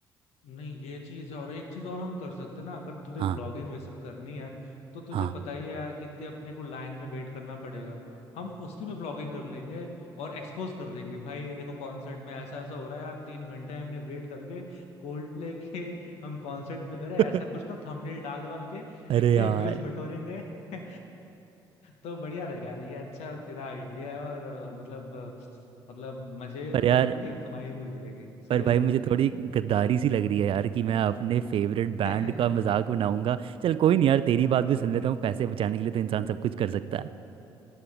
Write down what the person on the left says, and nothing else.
नहीं ये चीज है और एक चीज और हम कर सकते हैं ना अगर तुझे
व्लॉगिंग वे सब करनी है तो तुझे
पता ही है यार कितने अपने को लाइन में वेट करना पड़ेगा हम उसी में व्लॉगिंग कर लेंगे और एक्सपोज कर देंगे भाई ये देखो कॉन्सर्ट में ऐसा ऐसा हो रहा है यार तीन घंटे हमने वेट करके कोल्ड प्ले के हम कॉन्सर्ट में
करे ऐसा कुछ ना थंबनेल डाल वाल के
इतने
व्यूज बटोरेंगे <laughs> तो बढ़िया रहेगा यार ये अच्छा तेरा आइडिया है और अ, मतलब अ, मतलब मजे
भी
हो जाएंगे कमाई भी हो जाएगी सही
रहेगा
<laughs>